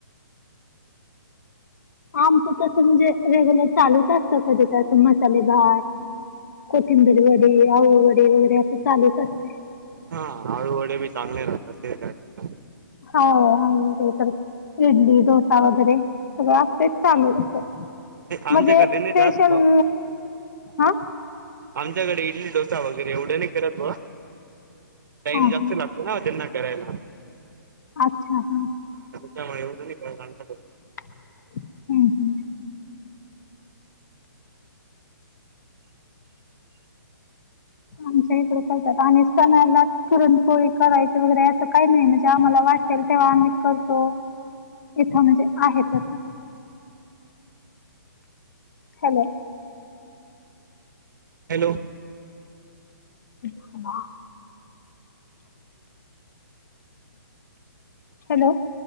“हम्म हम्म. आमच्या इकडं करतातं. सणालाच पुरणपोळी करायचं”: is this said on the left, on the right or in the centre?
Left